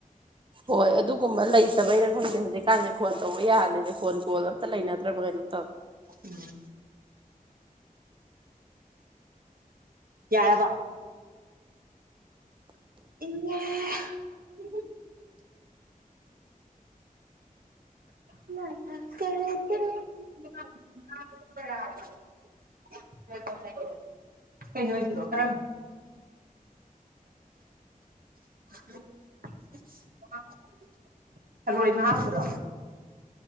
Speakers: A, on the right; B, on the right.
A: ꯍꯣꯏ ꯑꯗꯨꯒꯨꯝꯕ ꯂꯩꯇꯕꯩꯔ ꯈꯪꯗꯦ ꯍꯧꯖꯤꯛꯀꯥꯟꯁꯦ ꯐꯣꯟ ꯇꯧꯕ ꯌꯥꯍꯜꯂꯤꯁꯦ ꯐꯣꯟ ꯀꯣꯜ ꯑꯝꯇ ꯂꯩꯅꯗ꯭ꯔꯕ ꯀꯩꯅꯣꯝ ꯇꯧꯋꯦ
B: ꯎꯝ ꯌꯥꯔꯕ ꯏꯪꯉꯦ <unintelligible> <unintelligible> <unintelligible> <unintelligible> ꯊꯔꯣꯏ ꯃꯍꯥꯎꯗꯨꯔꯣ